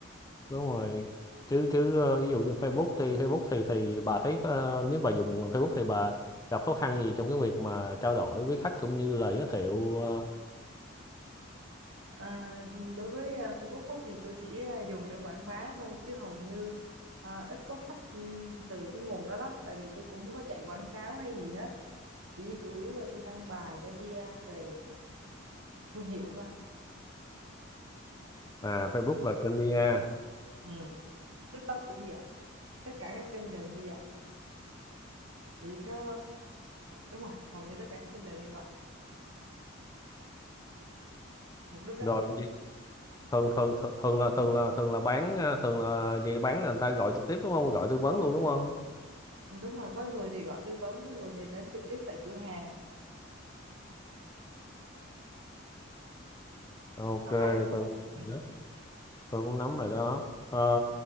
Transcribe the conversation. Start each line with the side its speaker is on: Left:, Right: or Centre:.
Left: đúng rồi. Chứ chứ ờ, ví dụ như Facebook thì Facebook thì thì bà thấy ờ, nếu bà dùng Facebook thì bà gặp khó khăn gì trong cái việc mà trao đổi với khách cũng như là giới thiệu ờ,
Right: À, đối với à, Facebook á, thì tôi chỉ à, dùng để quảng bá thôi chứ hầu như à, ít có khách ừm, từ cái nguồn đó lắm tại vì tôi cũng không có chạy quảng cáo hay gì hết chỉ chủ yếu là tôi đăng bài để PR về thương hiệu thôi
Left: à Facebook là kênh PR.
Right: ừ. TikTok cũng vậy tất cả các kênh đều như vậy chỉ có đúng rồi hầu như tất cả các kênh đều như vậy mục đích đó
Left: Rồi gì? thường thường thường thường là thường là thường là bán ờ, thường là gì bán là người ta gọi trực tiếp đúng không? Gọi tư vấn luôn đúng không?
Right: Ừ, đúng rồi có người thì gọi tư vấn có người thì đến trực tiếp tại cửa hàng
Left: Ok,
Right: có hai đó thôi
Left: tư
Right: ừ.
Left: vấn. tôi cũng nắm rồi đó Ờ,